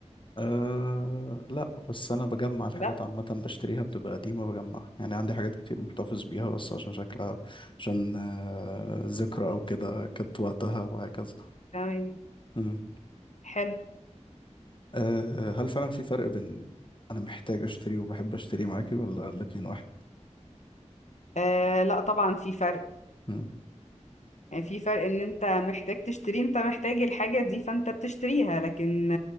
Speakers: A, on the left (about 45°); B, on the left (about 70°).
A: أه لا بس أنا بجمع الحاجات
B: لا
A: عامة بشتريها بتبقى قديمة بجمعها يعني عندي حاجات كتير محتفظ بيها بس عشان شكلها عشان آه، ذكرى أو كده كانت وقتها وهكذا
B: تمام
A: مم.
B: حلو
A: أه هل فعلا في فرق بين أنا محتاج أشتري وبحب أشتري معاكي ولا الاتنين واحد؟
B: آه لا طبعا في فرق
A: مم.
B: يعني في فرق ان انت محتاج تشتري انت محتاج الحاجة دي فانت بتشتريها لكن